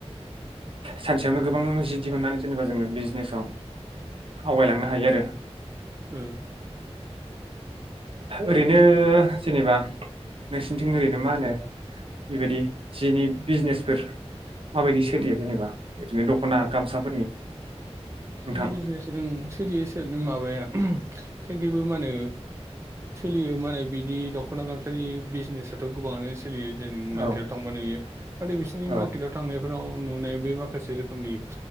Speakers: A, on the right (about 55°); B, on the right (about 25°).
A: सानसेयावनो गोबां जि दिहुननानै जेनेबा जोङो बिजनेसाव आवगायलांनो हायो आरो
B: ओ
A: ओरैनो जेनेबा नोंसिनिथिं ओरैनो मा होनो बेबायदि जिनि बिजनेसफोर माबायदि सोलियो जेनेबा ओरैनो दख'ना गामसाफोरनि
B: सिनि
A: नोंथां
B: बिजनेस ओं सोलियो सोलिनो माबाया ओमि जोनिखैबो मा होनो सोलियो माने बिदि दख'ना गामसानि बिजनेसाथ' गोबाङानो सोलियो जों मार्केटआव
A: औ
B: थांबा नुयो नाथाय बिसोरनि
A: औ
B: मार्केटआव थांनायफोराव नुनाय बे माखासे रोखोमनि